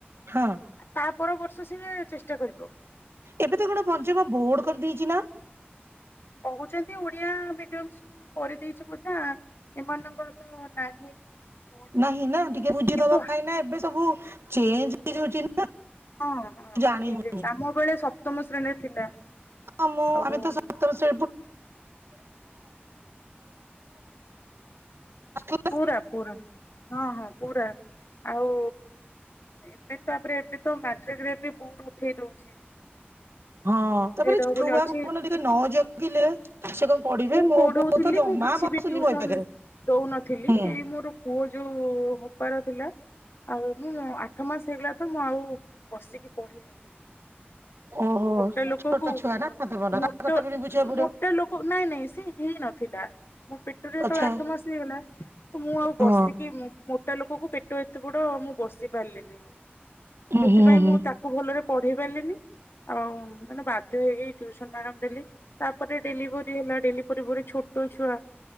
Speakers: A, on the right; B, on the left.
A: ହଁ
B: ତା ପର ବର୍ଷ ସିଏ ଚେଷ୍ଟା କରିବ।
A: ଏବେ ତ କଣ ପଞ୍ଚମ ବୋର୍ଡ କରିଦେଇଚି ନା?
B: କହୁଚନ୍ତି ଓଡିଆ ମିଡିୟମ ସ୍କୁଲ କରିଦେଇଚି ବେଧେ ଆଁ ଏମାନଙ୍କର ତ ନାହିଁ। ବୋର୍ଡ
A: ନାହିଁ ନା ଟିକେ ବୁଝିଦବ
B: କିନ୍ତୁ ହଁ
A: କାଇଁ ନା ଏବେ ସବୁ ଚେଞ୍ଜ ହେଇଯାଉଛି।
B: ହଁ ହଁ
A: ଜାଣି
B: ଚେଞ୍ଜ
A: ହଉନି
B: ହେଇଚି ଆମ ବେଳେ ସପ୍ତମ ଶ୍ରେଣୀରେ ଥିଲା।
A: ହୁଁ ମୁଁ
B: ଆଉ
A: ଆମେ ତ ସ <inaudible>
B: ପୁରା ପୁରା ହଁ ହଁ ପୁରା। ଆଉ ଏବେ ତାପରେ ଏବେ ତ ମାଟ୍ରିକ ରେ ଏ ବୁଡୁ ଉଠେଇ ଦଉଛି।
A: ହଁ
B: ଉଠେଇଦବ
A: ତାପରେ
B: ବୋଲି
A: ଛୁଆ
B: ଅଛି
A: କୁ ଟିକେ ନ ଜଗିଲେ ସେ କଣ ପଢିବେ
B: ମୁଁ
A: ମୋ
B: ପଢଉଥିଲି
A: ପୁଅ ତ ଜମା
B: ମୁଁ କିଛି
A: ବସୁନି
B: ବି ଟିଉସନ
A: ବହି ପାଖରେ
B: ଦଉନଥିଲି
A: ହୁଁ
B: ଏଇ ମୋର ପୁଅ ଯୋଉ ହବାର ଥିଲା ଆଉ ଏଇଢେ ଆ ଆଠ ମାସ ହେଇଗଲା ତ ମୁଁ ଆଉ ବସିକି ପଢ଼େଇ ପାରିଲିନି।
A: ଓହୋ
B: ମୋଟା ଲୋକ
A: ଛୋଟ
B: କୁ
A: ଛୁଆ ନା ତମର
B: ମୋଟ
A: ତା କଥା ପୁଣି ବୁଝିବାକୁ ପଡିବ
B: ମୋଟା ଲୋକ। ନାଇଁ ନାଇଁ ସେ ହେଇ ନଥିଲା। ମୋ ପେଟରେ ଯେତେବେଳେ
A: ଆଚ୍ଛା
B: ଆଠ ମାସ ହେଇଗଲା ମୁଁ ଆଉ ବସିକି।
A: ହଁ
B: ମୋଟା ଲୋକକୁ ପେଟ ଏତେ ବଡ ମୁଁ ବସି ପାରିଲିିନି ଆଉ
A: ହୁଁ
B: ସେଥିପାଇଁ
A: ହୁଁ ହୁଁ
B: ମୁଁ ତା ତାକୁ ଭଲରେ ପଢେଇ ପାରିଲିନି। ଆଉ ମାନେ ବାଧ୍ୟ ହେଇକି ଟିଉସନ୍ ମ୍ୟାଡାମ ଦେଲି ତାପରେ ଡେଲିଭ ରି ହେଲା ଡେଲିି ପରେ ପରେ ଛୋଟ ଛୁଆ।